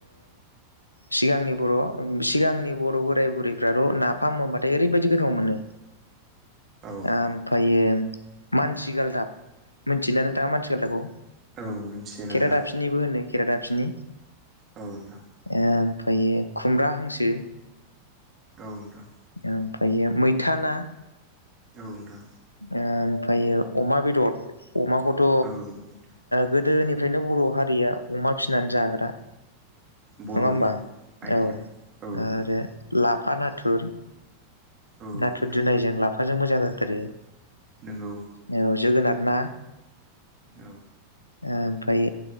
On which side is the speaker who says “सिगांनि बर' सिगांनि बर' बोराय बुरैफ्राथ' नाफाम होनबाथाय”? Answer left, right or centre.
Left